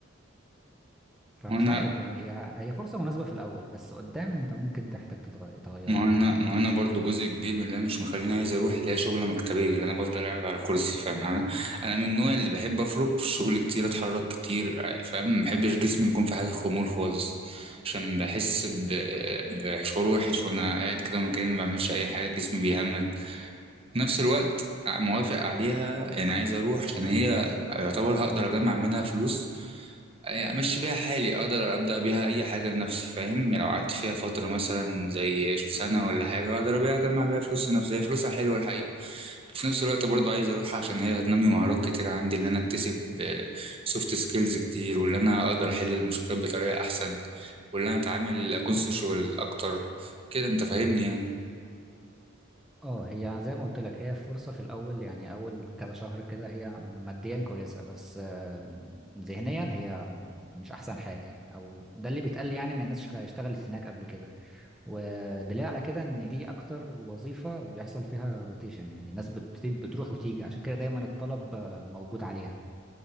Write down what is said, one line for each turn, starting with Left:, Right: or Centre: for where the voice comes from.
Centre: فمش
Right: وانا
Centre: عارف يعني هي هي فرصه مناسبه في الاول بس قدام انت ممكن تحتاج تتغير تغيرها
Right: ما هو انا ما هو انا برضو جزء كبير من اللي انا مش مخليني عايز اروح اللي هي شغله مكتبيه اللي انا بفضل قاعد على كرسي فاهم حاجه انا من النوع اللي بحب اخرج في الشغل كتير اتحرك كتير فاهم ما بحبش جسمي يكون في حاله خمول خالص عشان بحس ب... بشعور وحش وانا قاعد كده مكاني ما بعملش اي حاجه جسمي بيهمد في نفس الوقت موافق عليها يعني عايز اروح عشان هي يعتبر هقدر اجمع منها فلوس يعني امشي بيها حالي اقدر ابدا بيها اي حاجه لنفسي فاهم يعني لو قعدت فيها فتره مثلا زي سنه ولا حاجه اقدر بيها اجمع بيها فلوس لنفسي هي فلوسها حلوه الحقيقه وفي نفس الوقت برضه عايز اروح عشان هي هتنمي مهارات كتير عندي اللي انا اكتسب سوفت سكيلز كتير واللي انا اقدر احل المشكلات بطريقه احسن واللي انا اتعامل اكون سوشيال اكتر كده انت فاهمني يعني
Centre: اه هي زي ما قلت لك هي فرصة في الأول يعني أول كذا شهر كده هي ماديا كويسة بس آه، ذهنيا هي مش أحسن حاجة يعني أو ده اللي بيتقال لي يعني من الناس شغ- اشتغلت هناك قبل كده ودليل على كده إن دي أكتر وظيفة بيحصل فيها روتيشن يعني الناس بت- بتروح وتيجي عشان كده دايما الطلب آه، موجود عليها